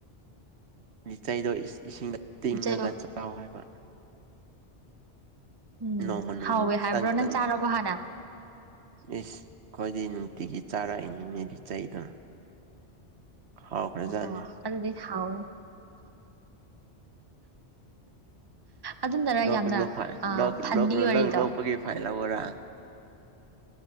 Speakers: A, on the right (about 70°); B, on the right (about 25°).
A: ꯂꯤꯆꯩꯗꯣ ꯏꯁ ꯏꯁꯤꯡꯗ ꯇꯤꯡꯉꯒ
B: ꯂꯤꯆꯩꯗꯣ
A: ꯆꯥꯎ ꯍꯥꯏꯕ
B: ꯎꯪꯎꯪ
A: ꯅꯣꯡꯃ
B: ꯍꯥꯎꯋꯦ
A: ꯅꯣꯡꯃꯒꯤ
B: ꯍꯥꯏꯕ꯭ꯔꯣ
A: ꯈꯤꯇꯪ ꯈꯤꯇꯪ
B: ꯅꯪ ꯆꯥꯔꯕꯣ ꯍꯥꯟꯅ
A: ꯏꯁ ꯑꯩꯈꯣꯏꯗꯤ ꯅꯨꯡꯇꯤꯒꯤ ꯆꯥꯔꯛꯏꯅꯤꯅꯦ ꯂꯤꯆꯩꯗꯣ
B: INAUDIBLE
A: ꯍꯥꯎꯈ꯭ꯔꯖꯥꯠꯅꯤ
B: ꯑꯣꯑꯣ ꯑꯗꯨꯗꯤ ꯍꯥꯎꯋꯦ ꯑꯗꯨꯅꯔꯥ
A: ꯅꯣꯛꯀꯅꯨ
B: ꯌꯥꯝꯅ
A: ꯐꯥꯏꯟ
B: ꯑꯥ
A: ꯅꯣꯛꯀꯅꯨ
B: ꯐꯟꯅꯤ
A: ꯅꯣꯛꯀꯅꯨ
B: ꯑꯣꯏꯔꯤꯗꯣ
A: ꯅꯪ ꯅꯣꯛꯄꯒꯤ ꯐꯥꯏꯟ ꯂꯧꯑꯣꯔꯥꯍꯥ